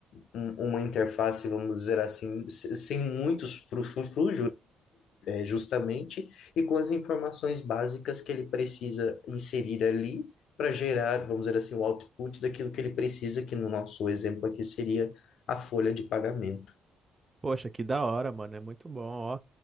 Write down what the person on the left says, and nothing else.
um- uma interface, vamos dizer assim, se- sem muitos frufru, justamente e com as informações básicas que ele precisa inserir ali para gerar, vamos dizer assim, o output daquilo que ele precisa, que no nosso exemplo aqui seria a folha de pagamento.